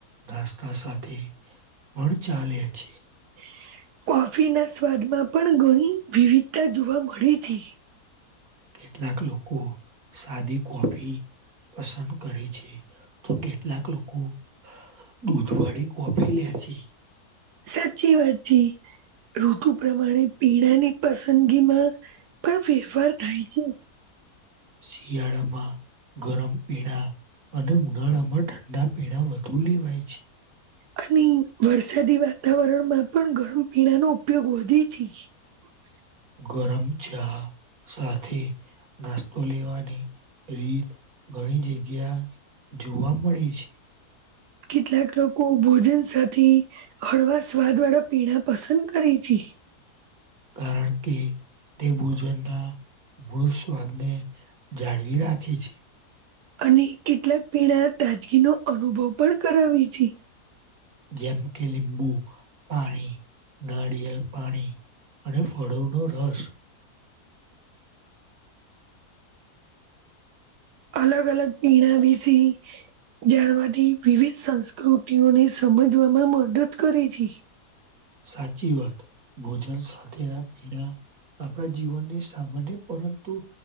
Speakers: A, on the right; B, on the right.
A: નાસ્તા સાથે પણ ચાલે છે
B: <unintelligible> કોફીના સ્વાદમાં પણ ઘણી વિવિધતા જોવા મળે છે
A: કેટલાક લોકો સાદી કોફી પસંદ કરે છે તો કેટલાક લોકો દૂધવાળી કોફી લે છે
B: સાચી વાત છે‌. ઋતુ પ્રમાણે પીણાની પસંદગીમાં પણ ફેરફાર થાય છે
A: શિયાળમાં ગરમ પીણા અને ઉનાળામાં ઠંડા પીણા વધુ લેવાય છે
B: અને વરસાદી વાતાવરણમાં પણ ગરમ પીણા નો ઉપયોગ વધે છે. <unintelligible>
A: ગરમ ચા સાથે નાસ્તો લેવાની રીત ઘણી જગ્યા જોવા મળે છે
B: કેટલાક લોકો ભોજન સાથે હળવા સ્વાદ વાળા પીણા પસંદ કરે છે. <unintelligible>
A: કારણ કે તે ભોજનના મૂળ સ્વાદને જાળવી રાખે છે.
B: અને કેટલાક પીણા તાજગીનો અનુભવ પણ કરાવે છે.
A: જેમ કે લીંબુ પાણી નારિયેલેપાણી અને ફળોનો રસ
B: અલગ અલગ પીણા વિશે જાણવાથી વિવિધ સંસ્કૃતિઓની સમજવામાં મદદ કરે છે.
A: સાચી વાત ભોજન સાથેના પીણા- આપણા જીવનની સામાન્ય પરંતુ